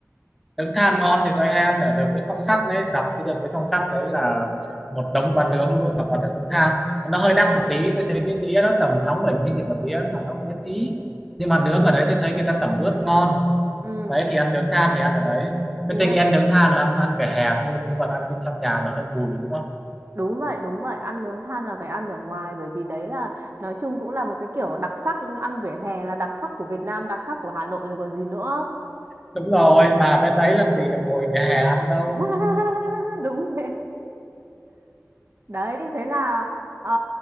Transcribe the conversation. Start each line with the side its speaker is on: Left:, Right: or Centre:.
Centre: Nướng than ngon thì tôi hay ăn ở đường Nguyễn Phong Sắc đấy, dọc cái đường Nguyễn Phong Sắc đấy là một đống quán nướng luôn là quán nướng than. Nó hơi đắt một tí, tôi thấy cái đĩa nó tầm sáu bảy 70 nghìn một đĩa mà nó cũng bé tí. Nhưng mà nướng ở đấy tôi thấy người ta tẩm ướp ngon.
Right: ừ
Centre: đấy thì ăn nướng than thì ăn ở đấy
Right: yeah
Centre: cái tình ăn nướng than là ăn ăn vỉa hè thôi chứ còn ăn bên trong nhà là hơi mùi đúng không
Right: Đúng vậy, đúng vậy, ăn nướng than là phải ăn ở ngoài bởi vì đấy là nói chung cũng là một cái kiểu đặc sắc ăn vỉa hè là đặc sắc của Việt Nam, đặc sắc của Hà Nội rồi còn gì nữa.
Centre: đúng rồi bà bên đấy làm gì được ngồi vỉa hè ăn đâu
Right: <laughs> Đúng thế. Đấy, thế là ờ,